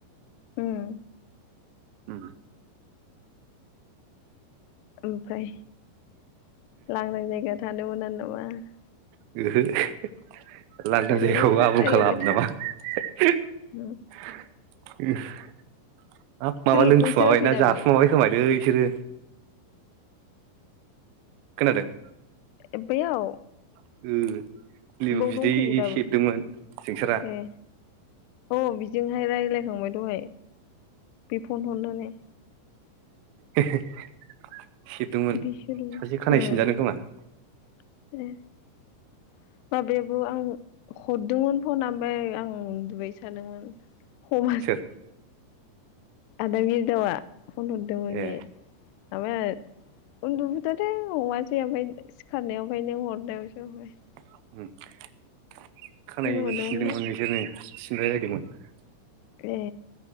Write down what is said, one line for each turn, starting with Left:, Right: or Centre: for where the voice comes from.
Left: उम
Right: उम
Left: ओमफ्राय लांदां जायगा थान नंगौ ना नङा <inaudible>
Right: <unintelligible> लांदां
Left: रायलायबाय
Right: जायगाखौ
Left: था
Right: आबुं
Left: रायलायबाय
Right: खालाम
Left: था
Right: नामा? <unintelligible>
Left: उम
Right: <inaudible> हाब माबा
Left: जोलुरखौ
Right: लोंखुमाबाय
Left: जोआखै
Right: ना
Left: दाबो
Right: जाफुमाबाय खोमालै। सोरो खोनादों?
Left: ए बैयाव
Right: ओ लेबु
Left: बाव
Right: बिदै
Left: दंफैयो दाबो
Right: सेबदोंमोन जोंसारा
Left: ए औ बिजोंहाय रायलाय थांबाय दहाय बिफन हरनानै
Right: <inaudible> सेरदोंमोन
Left: बिसोरनो
Right: सासे खानाय
Left: ओ
Right: सिनजानो खोमा। <inaudible>
Left: <inaudible> माबायाबो आं हरदोंमोन फन ओमफ्राय आं उन्दुबाय थादोंमोन। सम
Right: सोर
Left: आदा बिरदावा फन हरदोंमोन
Right: ए
Left: बे ओमाया उन्दु <inaudible> दे अमासै ओमफ्राय सिखारनायावाय नों हरनायावसो माय <unintelligible>
Right: <unintelligible> खानाय
Left: हरदोंमोन
Right: सिनदोंमोन
Left: बे
Right: बिसोरनो। <unintelligible>
Left: ए।